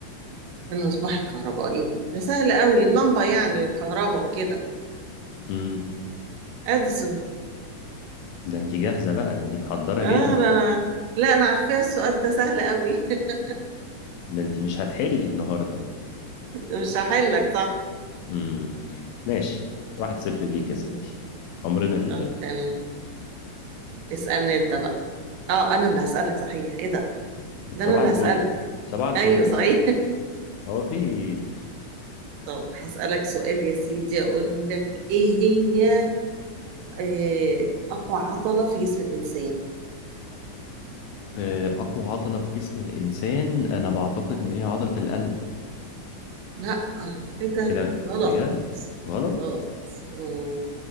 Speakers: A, on the right; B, on the left.
A: المصباح الكهربائي ده سهل قوي اللمبة يعني والكهرباء وكده
B: امم
A: أديسون
B: ده انتي جاهزة بقى ده انتي محضرة
A: آه
B: جامد
A: أنا أنا لا أنا عارفاه السؤال ده سهل قوي <laughs>
B: ده انتي مش هتحلي النهاردة
A: مش هحلك صح؟
B: امم ماشي واحد صفر ليك
A: مم.
B: يا ستي عمرنا لله
A: طب تمام اسألني أنت بقى اه انا اللي هسألك صحيح ايه ده ده
B: صباح
A: انا اللي
B: الفل
A: هسألك
B: صباح الفل
A: ايوه
B: يا
A: صحيح
B: سو هو في <laughs> إيه؟
A: طب هسألك سؤال يا سيدي أقول لك إيه هي آه، أقوى عضلة في جسم الإنسان؟
B: آه، أقوى عضلة في جسم الإنسان أنا بعتقد إن
A: مم.
B: هي عضلة القلب
A: لا إيه ده
B: ايه ده
A: غلط
B: بجد غلط
A: غلط مم.